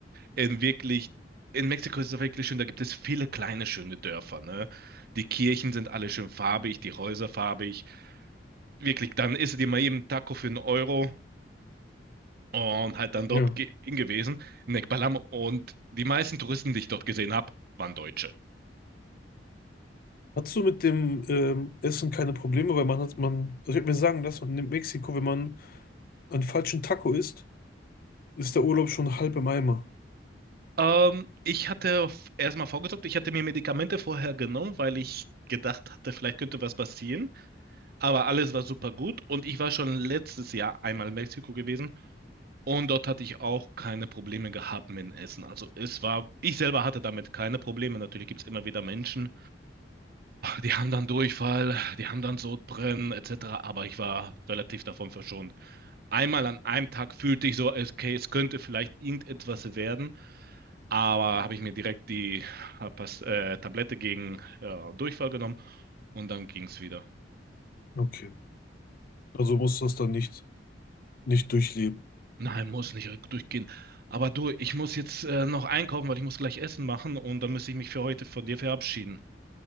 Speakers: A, on the right (about 60°); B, on the left (about 55°).
A: in wirklich. In Mexiko ist es wirklich schön, da gibt es viele kleine schöne Dörfer, ne? Die Kirchen sind alle schön farbig, die Häuser farbig. Wirklich, dann isst du dir mal eben einen Taco für einen Euro und halt dann dort
B: Ja.
A: ge gewesen, in Ekbalam. Und die meisten Touristen, die ich dort gesehen habe, waren Deutsche.
B: Hattest du mit dem ähm, Essen keine Probleme? Weil man hat, man, also ich habe mir sagen lassen, in Mexiko, wenn man einen falschen Taco isst, ist der Urlaub schon halb im Eimer.
A: Ähm, ich hatte f- erstmal vorgesorgt, ich hatte mir Medikamente vorher genommen, weil ich gedacht hatte, vielleicht könnte was passieren. Aber alles war super gut und ich war schon letztes Jahr einmal in Mexiko gewesen und dort hatte ich auch keine Probleme gehabt mit dem Essen. Also es war, ich selber hatte damit keine Probleme. Natürlich gibt es immer wieder Menschen, die haben dann Durchfall, die haben dann Sodbrennen etc. Aber ich war relativ davon verschont. einmal an einem Tag fühlte ich so, okay, es könnte vielleicht irgendetwas werden, aber habe ich mir direkt die äh, äh, Tablette gegen äh, Durchfall genommen und dann ging es wieder.
B: Okay. Also musst du das dann nicht, nicht durchleben.
A: Nein, muss nicht durchgehen. Aber du, ich muss jetzt äh, noch einkaufen, weil ich muss gleich Essen machen und dann muss ich mich für heute von dir verabschieden.